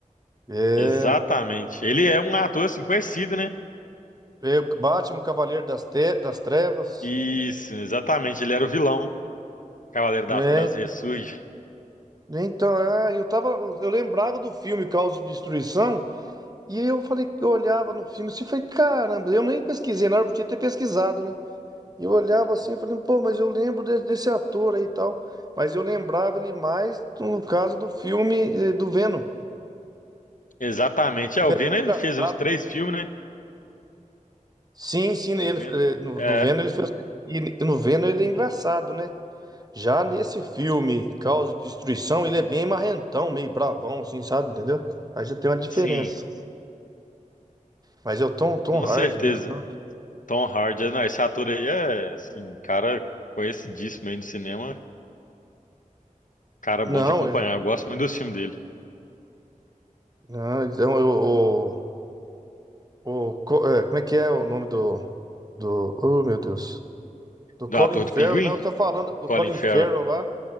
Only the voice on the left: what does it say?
Exatamente. Ele é um ator assim conhecido, né?
Isso, exatamente. Ele era o vilão. Cavaleiro
das Trevas ressurge.
Exatamente. É,
o
Venom
ele
fez uns três filmes, né?
O
Venom.
É,
sim,
com
certeza.
Tom Hardy, é, não, esse ator aí é, assim, um cara conhecidíssimo aí no cinema, cara
bom de acompanhar.
Eu gosto muito do filme dele.
Do ator
do Pinguim,
Colin
Farrell.